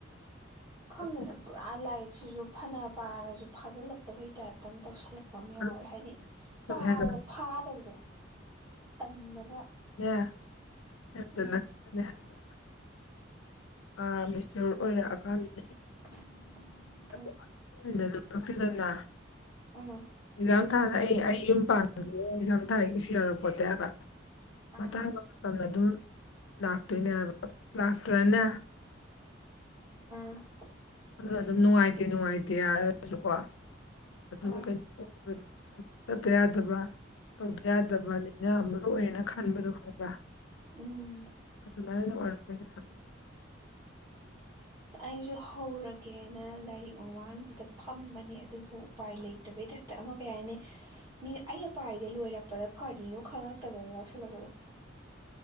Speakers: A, on the right (about 20°); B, on the left (about 80°).
A: ꯈꯪꯗꯦꯗ
B: ꯑꯗꯨꯝ
A: ꯄꯨꯔꯥ ꯂꯥꯏꯔꯤꯛꯁꯤꯁꯨ ꯐꯅ ꯄꯥꯔꯁꯨ ꯐꯥꯖꯤꯜꯂꯛꯇꯕꯩ ꯇꯥꯏꯞꯇ ꯑꯃ ꯇꯧꯁꯤꯜꯂꯛ ꯄ ꯑꯃ ꯌꯥꯎꯔꯦ
B: ꯑꯗꯨꯝ
A: ꯍꯥꯏꯗꯤ
B: ꯁꯨꯝ
A: ꯄꯥꯕꯗ
B: ꯍꯦꯟꯖꯜꯂꯛꯄꯅꯦ
A: ꯐꯥꯗꯕꯗꯣ ꯇꯟꯕꯒ
B: <inaudible>
A: ꯎꯝ
B: ꯑꯥ ꯃꯦꯆ꯭ꯌꯣꯔ ꯑꯣꯏꯔꯛꯑꯀꯥꯟ <inaudible>
A: <unintelligible>
B: <inaudible>
A: ꯑꯥ
B: ꯑꯦꯛꯖꯥꯝ ꯊꯥꯗ ꯑꯩ ꯑꯩ ꯌꯨꯝ
A: ꯍꯜꯂꯣ
B: ꯄꯥꯟꯕ꯫ <inaudible> ꯥꯏꯒꯤꯁꯤ <unintelligible> ꯌꯥꯔꯛꯄꯣꯇꯦ ꯍꯥꯏꯕ
A: ꯑꯥ
B: ꯃꯇꯥꯡ ꯃꯇꯝꯅ ꯑꯗꯨꯝ ꯂꯥꯛꯇꯣꯏꯅꯦ ꯍꯥꯏꯕ ꯂꯥꯛꯇ꯭ꯔꯅ
A: ꯎꯝ
B: ꯑꯗꯣ ꯑꯗꯨꯝ ꯅꯨꯡꯉꯥꯏꯇꯦ ꯅꯨꯡꯉꯥꯏꯇꯦ ꯍꯥꯏꯔꯒꯁꯨꯀꯣ ꯑꯗꯨꯝ
A: ꯍꯣꯏ
B: ꯀꯩꯅꯣ __ꯍꯥꯏꯕꯗꯤ ꯆꯠꯇ ꯌꯥꯗꯕ ꯇꯧꯗ ꯌꯥꯗꯕ ꯅꯤꯡꯅꯃꯔꯨ ꯑꯣꯏꯔꯦꯅ ꯈꯟꯕꯗꯣ ꯈꯪꯕꯔꯥ
A: ꯎꯝ
B: ꯑꯗꯨꯃꯥꯏꯅ ꯑꯣꯏꯔꯛꯇꫭꯏꯅꯦ ꯍꯪ
A: ꯑꯩꯁꯨ ꯍꯧꯔꯒꯦꯅ ꯂꯥꯏꯔꯤꯛ ꯃꯃꯥꯡꯁꯤꯗ ꯐꯝꯕꯅꯦ ꯑꯗꯨꯕꯨ ꯎꯄꯥꯏ ꯂꯩꯇꯕꯩ ꯇꯥꯏꯞꯇ ꯑꯃ ꯀꯩ ꯍꯥꯏꯅꯤꯅꯤ ꯃꯤꯅ ꯑꯩꯅ ꯄꯥꯏꯔꯤꯁꯦ ꯂꯣꯏꯔꯛꯄꯗ ꯀꯔꯤꯅꯣ ꯈꯪꯉꯛꯇꯕꯃꯥ ꯌꯥꯎꯁꯜꯂꯛꯄꯗꯣ